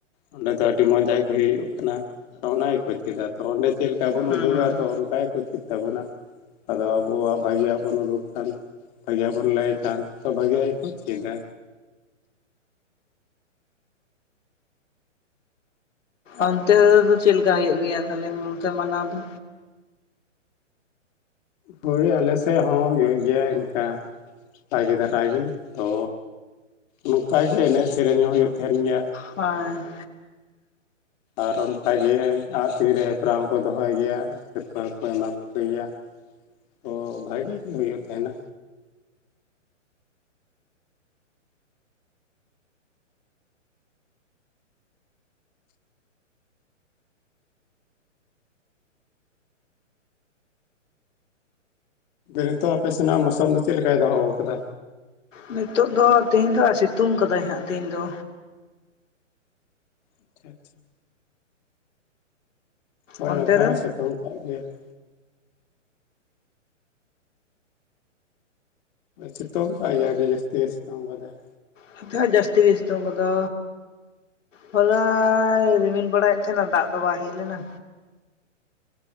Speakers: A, on the left; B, on the left.
A: ᱚᱸᱰᱮ ᱫᱚ ᱟᱹᱰᱤ ᱢᱚᱸᱡᱽ ᱟᱜ ᱜᱮ ᱦᱩᱭᱩᱜ ᱠᱟᱱᱟ ᱚᱱᱟ ᱜᱮᱠᱚ ᱪᱮᱫᱟ ᱛᱚ ᱚᱸᱰᱮ ᱪᱮᱫ ᱞᱮᱠᱟ ᱵᱚᱱ
B: ᱦᱩᱸ
A: ᱩᱫᱩᱜᱟ ᱛᱚ ᱚᱱᱠ ᱜᱮᱠᱚ ᱪᱮᱫ ᱛᱟᱵᱚᱱᱟ᱾ ᱟᱫᱚ ᱟᱵᱚᱣᱟᱜ ᱵᱷᱟᱹᱜᱤᱭᱟᱜ ᱵᱚᱱ ᱩᱰᱩᱠ ᱠᱷᱟᱱ, ᱵᱷᱟᱹᱜᱮᱭᱟᱜ ᱵᱚᱱ ᱞᱟᱹᱭ ᱠᱷᱟᱱ ᱛᱚ ᱵᱷᱟᱹᱜᱤᱭᱭᱟᱜ ᱜᱮᱠᱚ ᱪᱮᱫᱟ᱾
B: ᱚᱱᱛᱮ ᱫᱚ ᱪᱮᱫ ᱞᱮᱠᱟ ᱦᱩᱭᱩᱜ ᱜᱮᱭᱟ ᱛᱟᱦᱚᱞᱮ ᱚᱱᱛᱮ ᱢᱟᱱᱟᱣ ᱫᱚ?
A: ᱦᱳᱭ ᱟᱞᱮ ᱥᱮᱫ ᱦᱚᱸ ᱦᱩᱭᱩᱜ ᱜᱮᱭᱟ ᱤᱱᱠᱟ ᱵᱷᱟᱜᱮ ᱫᱷᱟᱨᱟ ᱜᱤ ᱛᱚ ᱱᱚᱝᱠᱟᱜᱮ ᱮᱱᱮᱡ ᱥᱮᱨᱮᱧ ᱦᱚᱸ ᱦᱩᱭᱩᱜ ᱛᱟᱦᱮᱱ ᱜᱮᱭᱟ᱾
B: ᱦᱳᱭ
A: ᱟᱨ ᱚᱱᱠᱟᱜᱮ ᱟᱸᱜ ᱛᱤᱨ ᱨᱮ ᱦᱮᱯᱨᱟᱣ ᱦᱚᱸᱠᱚ ᱫᱚᱦᱚᱭ ᱜᱮᱭᱟ ᱥᱤᱨᱯᱟᱹ ᱦᱚᱸᱠᱚ ᱮᱢᱟ ᱠᱚ ᱠᱚ ᱜᱮᱭᱟ᱾ ᱛᱚ ᱵᱷᱟᱜᱤ ᱜᱮ ᱦᱩᱭᱩᱜ ᱛᱟᱦᱮᱱᱟ᱾ ᱱᱤᱛᱚᱜ ᱟᱯᱮ ᱥᱮᱱᱟᱜ ᱢᱳᱥᱩᱢ ᱫᱚ ᱪᱮᱫ ᱞᱮᱠᱟᱭ ᱫᱚᱦᱚ ᱟᱠᱟᱫᱟ?
B: ᱱᱤᱛᱳ ᱫᱚ ᱛᱮᱦᱤᱧ ᱫᱚ ᱟᱨ ᱥᱤᱛᱩᱝ ᱠᱟᱫᱟᱭ ᱦᱟᱸᱜ ᱛᱮᱦᱤᱧ ᱫᱚ᱾
A: ᱟᱪᱪᱷᱟ ᱟᱪᱪᱷᱟ ᱾ ᱦᱳᱭ
B: ᱚᱱᱛᱮ
A: ᱱᱚᱛᱮ
B: ᱫᱚ?
A: ᱦᱚᱸᱭ ᱥᱤᱛᱩᱝ ᱟᱠᱟᱫ ᱜᱮᱭᱟ ᱾ ᱥᱤᱛᱩᱝ ᱟᱠᱟᱫ ᱜᱮᱭᱟ ᱟᱹᱰᱤ ᱡᱟᱹᱥᱛᱤ ᱜᱮ ᱥᱤᱛᱩᱝ ᱟᱠᱟᱫᱟᱭ᱾
B: ᱱᱤᱛᱚ ᱦᱚᱸ ᱡᱟᱹᱥᱛᱤ ᱥᱤᱛᱩᱝ ᱠᱚᱫᱚ ᱦᱚᱞᱟᱭ ᱨᱤᱢᱤᱞ ᱵᱟᱲᱟᱭᱮᱫ ᱛᱟᱦᱮᱱᱟ ᱫᱟᱜ ᱫᱚ ᱵᱟᱭ ᱦᱮᱡ ᱞᱮᱱᱟ᱾